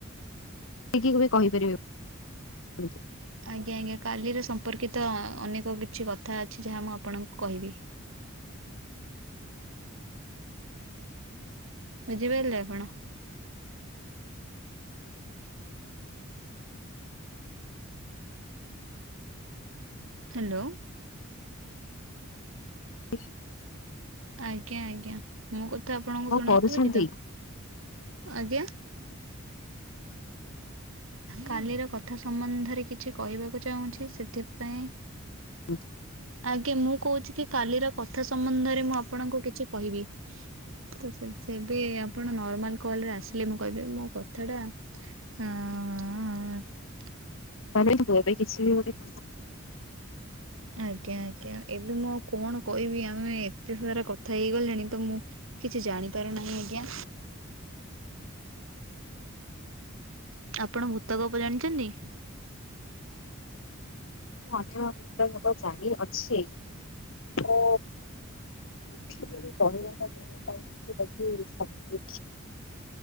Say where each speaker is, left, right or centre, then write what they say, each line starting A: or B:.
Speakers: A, on the left; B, on the right.
A: କେ କହିପାରିବେ।
B: ଆଜ୍ଞା ଆଜ୍ଞା କାଲିରେ ସମ୍ପର୍କିତ ଅନେକ କିଛି କଥା ଅଛି ଯାହା ମୁଁ ଆପଣଙ୍କୁ କହିବି। ବୁଝିପାଇଲେ ଆପଣ? ହ୍ୟାଲୋ।
A: ହ
B: ଆଜ୍ଞା ଆଜ୍ଞା ମୋ କଥା ଆପଣଙ୍କୁ
A: କଣ
B: ଶୁଣାଯାଉଛି
A: କରୁଛନ୍ତି?
B: ତ ଆଜ୍ଞା। କାଲିର କଥା ସମ୍ବନ୍ଧରେ କିଛି କହିବାକୁ ଚାହୁଁଛି ସେଥିପାଇଁ
A: ହୁଁ।
B: ଆଜ୍ଞା ମୁଁ କହୁଛି କି କାଲିର କଥା ସମ୍ବନ୍ଧରେ ମୁଁ ଆପଣଙ୍କୁ କିଛି କହିବି? ତ ସେ ସେବେ ଆପଣ ନର୍ମାଲ କଲ୍ ରେ ଆସିଲେ ମୁଁ କହିବି ମୋ କଥାଟା। ହୁଁ ହୁଁ।
A: ମାନେ ଏବେ କିଛି ଗୋଟେ
B: ଆଜ୍ଞା ଆଜ୍ଞା ଏବେ ମୁଁ କଣ କହିବି ଆମେ ଏତେ ସାରା କଥା ହେଇଗଲେଣି ତ ମୁଁ କିଛି ଜାଣିପାରୁନାହିଁ ଆଜ୍ଞା। ଆପଣ ଭୂତ ଗପ ଜାଣିଛନ୍ତି?
A: ଅନ୍ୟବା ଜାଣି ଅଛି ଓ <inaudible> ଭାବୁଛ ଏ କୌଣସି